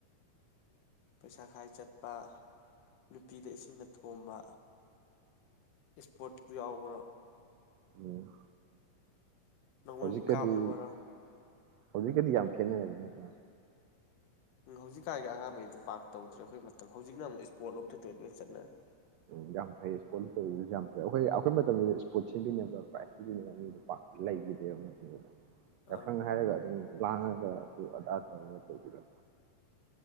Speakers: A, on the left (about 75°); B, on the right (about 85°).
A: ꯄꯩꯁꯥ ꯈꯥꯏ ꯆꯠꯄ ꯅꯨꯄꯤꯗ ꯏꯁꯤꯡꯅ ꯊꯣꯝꯕ ꯏꯁꯄꯣꯔꯠꯨ ꯌꯥꯎꯕ꯭ꯔꯣ
B: ꯎꯝ
A: ꯅꯪꯉꯣꯏꯕꯨ
B: ꯍꯧꯖꯤꯛꯀꯗꯤ
A: ꯀꯥꯞꯅꯦꯕꯔ
B: ꯍꯧꯖꯤꯛꯀꯗꯤ ꯌꯥꯝ ꯈꯦꯠꯅꯔꯕ ꯅꯠꯇ꯭ꯔꯥ
A: ꯎ ꯍꯧꯖꯤꯛꯀꯥꯟꯒꯤ ꯑꯉꯥꯡꯉꯩꯗꯤ ꯄꯥꯛ ꯇꯧꯗ꯭ꯔꯦ ꯑꯩꯈꯣꯏ ꯃꯇꯝ ꯍꯧꯖꯤꯛꯅ ꯑꯃꯨꯛ ꯏꯁꯄꯣꯔꯠ ꯂꯣꯝꯇ ꯂꯣꯏ ꯆꯠꯅꯔꯦ꯫
B: ꯎꯝ ꯌꯥꯝ ꯐꯩ ꯏ꯭ꯁꯄꯣꯔꯠ ꯇꯧꯕꯁꯨ ꯌꯥꯝ ꯐꯩ ꯑꯩꯈꯣꯏ ꯑꯩꯈꯣꯏ ꯃꯇꯝꯗ ꯏꯁꯄꯣꯔꯠ ꯁꯤꯟꯕꯤꯅꯕ ꯄ꯭ꯔꯥꯏꯖ ꯄꯤꯕꯤꯅꯕ ꯃꯤꯗꯣ ꯄꯥꯛ ꯂꯩꯈꯤꯗꯦꯕ ꯃꯇꯝꯗꯨꯅ ꯌꯥꯎꯁꯪ
A: ꯑꯧ
B: ꯍꯥꯏꯔꯒ ꯑꯗꯨꯝ ꯂꯥꯡꯉꯒ ꯑꯗꯨ ꯑꯗꯥ ꯇꯧꯔꯒ ꯇꯧꯕꯤꯗꯣ